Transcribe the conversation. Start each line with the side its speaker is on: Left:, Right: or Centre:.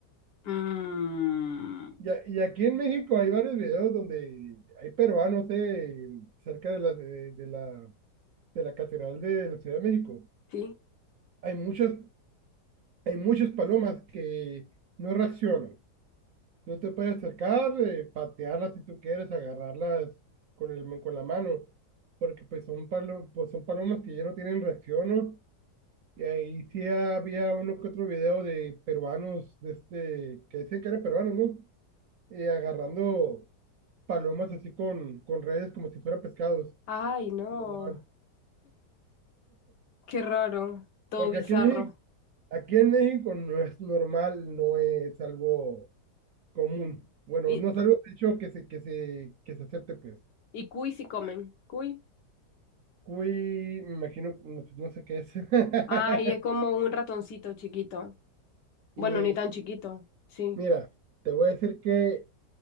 Left: Mm,
Right: Y, a- y aquí en México hay varios videos donde hay peruanos eh, cerca de la, de, de la, de la Catedral de la Ciudad de México.
Left: sí.
Right: Hay muchas, hay muchas palomas que no reaccionan Tú te puedes acercar, eh, patearlas si tú quieres, agarrarlas con el, con la mano, porque pues son, palo- pues son palomas que ya no tienen reacción, ¿no? Y ahí sí había uno que otro video de peruanos, de este, que decían que eran peruanos, ¿no? Eh, agarrando palomas así con, con redes como si fueran pescados.
Left: Ay, no.
Right: lo llevan.
Left: Qué raro. Todo
Right: Porque
Left: bizarro.
Right: aquí en México, aquí en México no es normal, no es algo común. Bueno,
Left: Y,
Right: no es algo, de hecho, que se, que se, que se acepte, pues.
Left: y cuy si comen. Cuy.
Right: Cuy, me imagino, no, pues, no sé qué es. <laughs>
Left: Ay, es como un ratoncito chiquito. Bueno,
Right: Y
Left: ni tan chiquito. Sí.
Right: mira, te voy a decir que